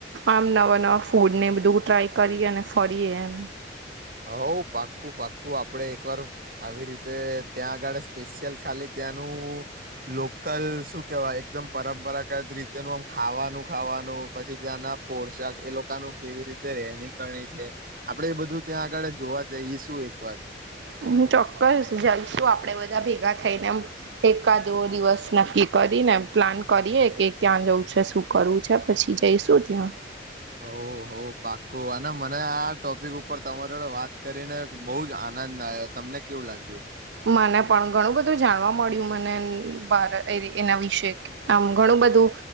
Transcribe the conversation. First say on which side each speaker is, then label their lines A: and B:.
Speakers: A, on the right; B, on the right.
A: આમ નવા નવા ફૂડ ને બધું ટ્રાય કરી અને ફરીએ એમ.
B: હ પાક્કું પાક્કું આપડે એક વાર આવી રીતે ત્યાં આગળ સ્પેશિયલ ખાલી તા ત્યાનું લોકલ શું કેવાય એકદમ પરંપરાગત રીતે નુ આમ ખાવાનું ખાવાનું પછી ત્યાંના પોશાક એ લોકોનું કેવી રીતે રહેણી કરણી છે આપડે એ બધું ત્યાં આગળ જોવા જઈએ શું એક વાર.
A: હું ચોક્કસ જઈશું આપડે બધા ભેગા થઈને એમ એકકાવો દિવસ નક્કી કર. કરીને પ્લાન કરીએ કે ક્યાં જવું છે શું કરવું છે પછી જઈશું ત્યાં.
B: ઓ.. હો પાકૂ અને મને આ ટોપિક ઉપર તમારો વાત કરીને બહુ જ આનંદ આવ્યો તમને ને કેવું લાગ્યું?
A: મને પણ ઘણું બધું જાણવા મળ્યું મને અ ભ એના વિશે આમ ઘણું બધું